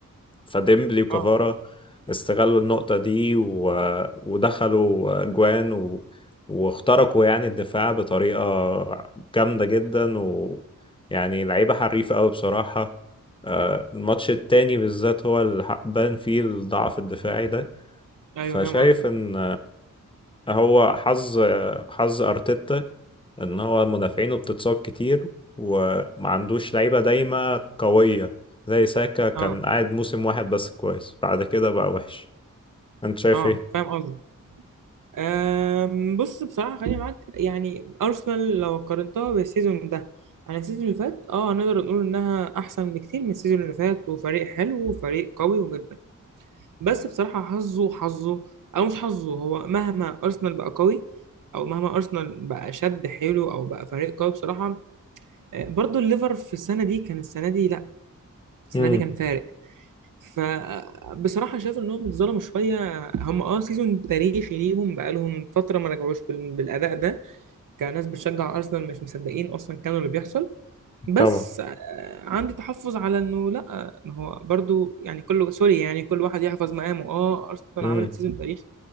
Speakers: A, on the left; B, on the right.
A: فديمبلي وكافارا
B: اه
A: استغلوا النقطة دي و... ودخلوا جوان و... واخترقوا يعني الدفاع بطريقة جامدة جدا ويعني لعيبة حريفة أوي بصراحة آه، الماتش التاني بالذات هو اللي حق- بان فيه الضعف الدفاعي ده
B: ايوه
A: فشايف
B: فاهم قصدك
A: إن هو حظ حظ ارتيتا ان هو مدافعينه بتتصاب كتير وما عندوش لعيبه دايمه قويه زي ساكا كان
B: اه
A: قاعد موسم واحد بس كويس بعد كده بقى وحش انت شايف
B: اه
A: ايه
B: فاهم قصدك أم، بص بصراحة خليني معاك يعني أرسنال لو قارنتها بالسيزون ده عن السيزون اللي فات اه هنقدر نقول إنها أحسن بكتير من السيزون اللي فات وفريق حلو وفريق قوي جدا بس بصراحة حظه حظه أو مش حظه هو مهما أرسنال بقى قوي أو مهما أرسنال بقى شد حيله أو بقى فريق قوي بصراحة آه، برضه الليفر في السنة دي كان السنة دي لأ السنة
A: امم
B: دي كان فارق فبصراحة شايف إنهم اتظلموا شوية هم اه سيزون تاريخي ليهم بقالهم فترة ما رجعوش بال- بالأداء ده كناس بتشجع ارسنال مش مصدقين اصلا كانوا اللي بيحصل بس
A: طبعا
B: آه، عندي تحفظ على انه لا ما هو برضو يعني كله سوري يعني كل واحد يحفظ مقامه اه ارسنال
A: امم
B: عملت سيزون تاريخي